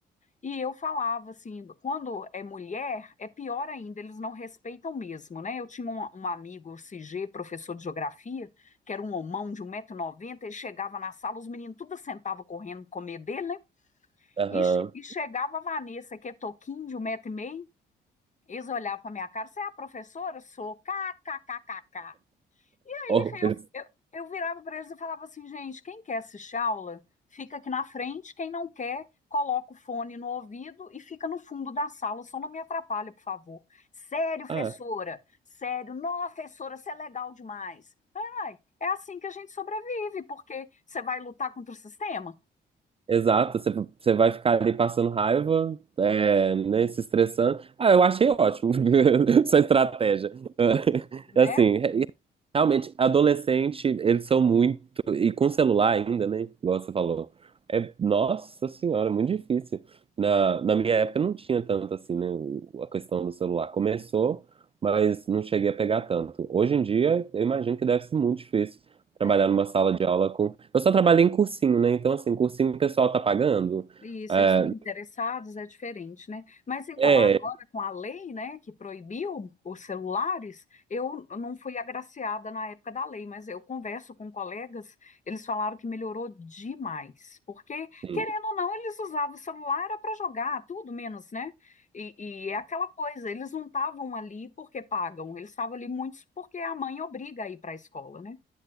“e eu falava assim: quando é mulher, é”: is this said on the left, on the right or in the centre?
Left